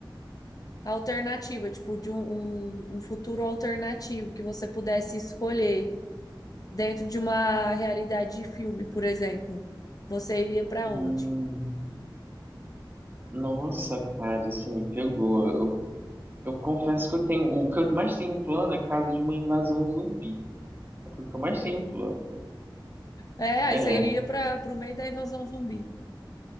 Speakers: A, on the left (about 45°); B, on the right (about 25°).
A: alternativa, tipo, de um, um, um futuro alternativo que você pudesse escolher dentro de uma realidade de filme, por exemplo, você iria pra
B: Hum,
A: onde?
B: nossa, cara, você me pegou. Eu, eu confesso que eu tenho. O que eu mais tenho plano é caso de uma invasão zumbi. É porque eu mais tenho plano.
A: É, aí
B: É,
A: você iria para pro meio da invasão zumbi.